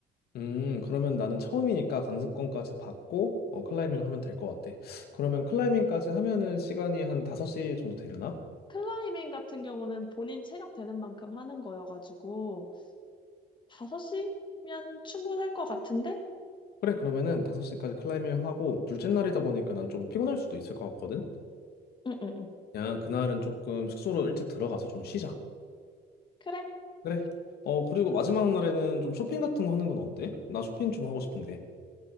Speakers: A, on the left; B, on the left.
A: 음, 그러면 나는 처음이니까 강습권까지 받고, 어, 클라이밍을 하면 될 것 같아. 그러면 클라이밍까지 하면은 시간이 한 5시 정도 되려나?
B: 클라이밍 같은 경우는 본인 체력 되는 만큼 하는 거여가지고 5시면 충분할 것 같은데?
A: 그래, 그러면은 5시까지 클라이밍 하고, 둘째 날이다 보니까 난 좀 피곤할 수도 있을 것 같거든?
B: 응응응.
A: 그냥 그날은 조금 숙소로 일찍 들어가서 좀 쉬자.
B: 그래.
A: 그래. 어, 그리고 마지막 날에는 좀 쇼핑 같은 거 하는 건 어때? 나 쇼핑 좀 하고 싶은데.